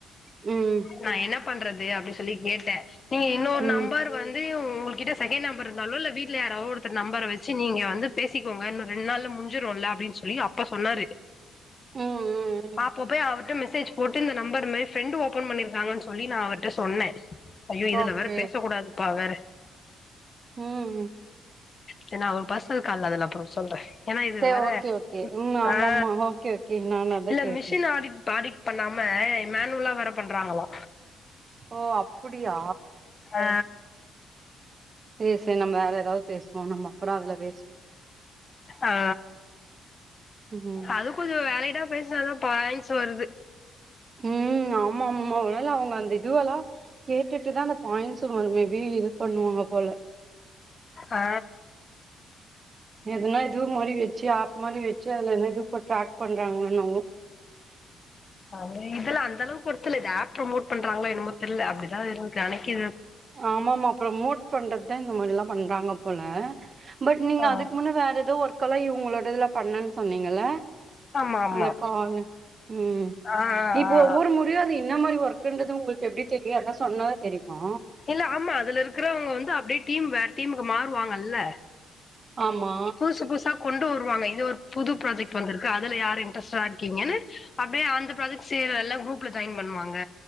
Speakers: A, on the right; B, on the left.
A: ம் ம்
B: இ நா என்ன பண்றது அப்டி சொல்லி கேட்டேன் சேரிங்க இன்னொரு
A: ம்
B: நம்பர் வந்து உங்குள்கிட்ட செகண்ட் நம்பர் இருந்தாலோ இல்ல வீட்ல யாராவோ ஒருத்தர் நம்பர வெச்சு நீங்க வந்துட் பேசிக்கோங்க இன்னும் ரெண்ட் நாள்ல முஞ்சுருல்ல அப்புடின்னு சொல்லி அப்ப சொன்னாரு
A: ம் ம்
B: அப்போ போய் அவர்ட்ட மிஸ் சேஜ் போட்டு இந்த நம்பர் மே ஃப்ரெண்ட்டு ஓபன் பண்ணிருக்காங்கன்னு சொல்லி நான் அவர்ட்ட சொன்னே ஐயோ இதுல
A: ஓகே
B: வேற பேசக் கூடாதுப்பா வேற
A: ம்
B: ச நா ஒரு பஸ்னல் கால்ல அதுல அப்பறொ சொல்ற ஏன்னா இது
A: சேரி
B: வர
A: ஓகே ஓகே ம் ஆமாமா
B: ஆ
A: ஓகே ஓகே நானு அதா
B: இல்ல
A: கேட்டே
B: மிஷின் ஆடிட் ப ஆடிட் பண்ணா ம மேனுவலா வேற பண்றாங்களா
A: ஓ அப்டியா
B: ஆ
A: சே சே நம்ம வேற ஏதாவ் பேசுவோ நம்ம அப்றொ அதுல பேசு
B: ஆ
A: ம்
B: அது <unintelligible> பேஸ்னாதா பாய்ன்ட்ஸ் வருது
A: ம் ம் ஆமா ஆமா அனால அவ்ங்க அந்த இதுவெல்லா கேட்டுட்டுதா அந்த பாய்ண்ட்ஸு மேபி இது பண்ணுவாங்க போல
B: ஆ
A: எதுனா இது மாரி வெச்சு ஆப் மாரி வெச்சு அதுல என்ன இது போ ட்ராக் பண்றாங்களோ என்னவோ
B: அங்க இதுலா ஒர்த்துல இது ஆப் ப்ரமோட் பண்றாங்களோ என்னமோ தெர்ல அப்டிதா இருக்கு அன்னக்கி
A: ஆமாமா ப்ரமோட் பண்றத்தா இந்த மாரில்லா பண்றாங்க போல பட் நீங்க
B: ஆ
A: அதுக்கு முன்ன வேற எதோ ஒர்க்கெல்லா இவ்ங்களோடதுல பண்ணன் சொன்னீங்கல்ல
B: ஆமா ஆமா
A: அந்த கால் ம்
B: ஆ
A: இப்ப
B: ஆ
A: ஒவ்வொரு முறையு அது இன்ன மாரி ஒர்க்குன்றது உங்கள் எப்டி தெரியு யார்னா சொன்னதா தெரிமா
B: இல்ல ஆமா அதுல இருக்றவங்க வந்து அப்டே டீம் வேற் டீமுக்கு மாறுவாங்கல்ல
A: ஆமா
B: புதுசு புதுசா கொண்டு வருவாங்க இது ஒரு புது ப்ராஜெக்ட் வந்துருக்கு அதுல யாரு இன்ட்ரெஸ்ட்டா இருக்கீங்கன்னு அப்டியே அந்த ப்ராஜெக்ட் செய்யற எல்லாரும் க்ரூப்ல சைன் பண்ணுவாங்க